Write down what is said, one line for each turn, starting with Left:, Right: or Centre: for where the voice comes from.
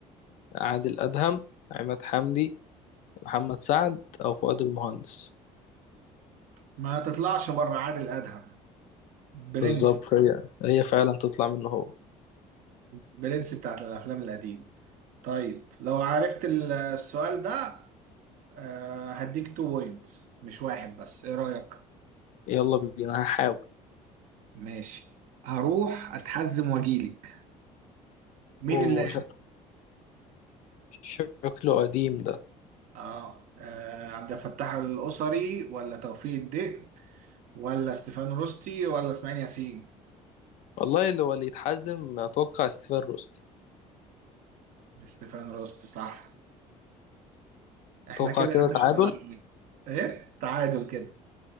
Left: عادل ادهم عماد حمدي محمد سعد او فؤاد المهندس
Right: ما تطلعش بره عادل ادهم برنس
Left: بالظبط هي هي فعلا تطلع منه هو
Right: برنس بتاعت الافلام القديم طيب لو عرفت ال- السؤال ده آه، هديك تو بوينتس مش واحد بس ايه رايك
Left: يلا بينا هحاول
Right: ماشي هروح اتحزم واجيلك مين
Left: اوه
Right: اللي
Left: شك- شكله قديم ده
Right: اه آه، عبد الفتاح القصري ولا توفيق الدق ولا ستيفان روستي ولا اسماعيل ياسين
Left: والله اللي هو اللي يتحزم اتوقع ستيفان روستي
Right: ستيفان روستي صح احنا
Left: اتوقع
Right: كده
Left: كده
Right: يا باشا
Left: تعادل
Right: ايه تعادل كده